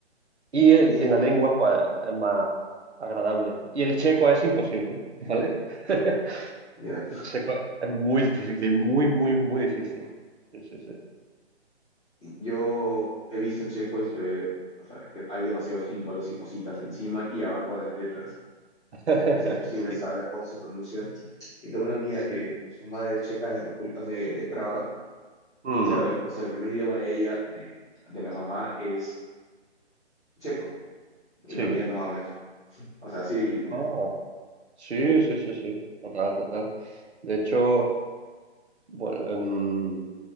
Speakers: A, on the right; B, in the centre.
A: Y el-
B: Y
A: en la lengua, pues, es más agradable. Y el checo es imposible, ¿vale? <laughs>
B: ya.
A: El checo es muy difícil, muy, muy, muy difícil. Sí, sí, sí.
B: Yo he visto el checo y se ve, o sea, es que hay demasiados símbolos y cositas encima y abajo de las letras,
A: <laughs>
B: que es que es imposible
A: Sí.
B: saber cómo se pronuncian. Y tengo una amiga
A: Sí.
B: que su madre es checa de, Repu- o sea, de, de Praga y
A: Mm,
B: claro, o sea, el primer idioma de ella, de, de la mamá, es checo. Y
A: sí.
B: mi amiga no habla checo. O sea, así de difícil
A: Ah,
B: es.
A: sí, sí, sí, sí. Total, total. De hecho, bueno, em,